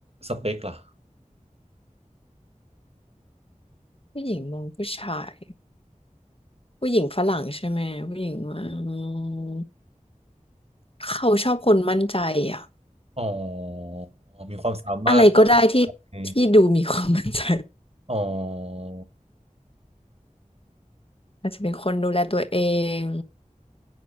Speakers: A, on the right (about 50°); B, on the left (about 45°).
A: สเปคล่ะ
B: ผู้หญิงมองผู้ชายผู้หญิงฝรั่งใช่ไหมผู้หญิงว่าอืมเขาชอบคนมั่นใจอะ
A: อ๋อมีความสามารถ
B: อะไรก็ได้ที่ที่ดูมีความมั่นใจ
A: ไหมอ๋อ
B: อาจจะเป็นคนดูแลตัวเอง